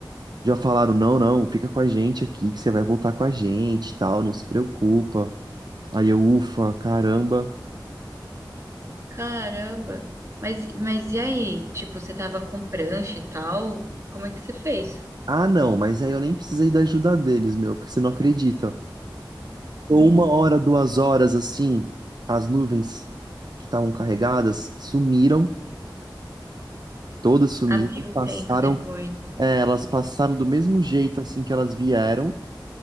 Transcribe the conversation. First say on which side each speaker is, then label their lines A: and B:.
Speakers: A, on the right; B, on the right.
A: Já falaram, não, não, fica com a gente aqui, que você vai voltar com a gente, e tal, não se preocupa. Aí eu, ufa, caramba.
B: Caramba. Mas, mas e aí? Tipo, você tava com prancha e tal? Como é que você fez?
A: Ah, não, mas aí eu nem precisei da ajuda deles, meu, porque você não acredita. Ou uma hora, duas horas, assim, as nuvens que estavam carregadas sumiram, todas sumiram,
B: Abriu o
A: passaram,
B: tempo depois.
A: é, elas passaram do mesmo jeito, assim, que elas vieram.